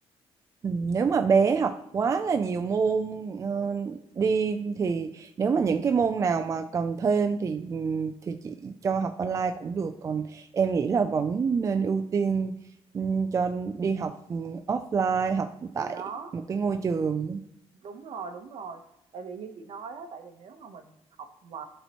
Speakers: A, on the right (about 30°); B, on the right (about 60°).
A: Ừ, Nếu mà bé học quá là nhiều môn ờ, đi thì nếu mà những cái môn nào mà cần thêm thì ừ, thì chị cho học online cũng được còn em nghĩ là vẫn nên ưu tiên ừ, cho đi học ừ, offline học
B: thì
A: tại
B: đó.
A: một cái ngôi trường
B: Đúng rồi, đúng rồi. Tại vì như chị nói á, tại vì nếu mà mình học mà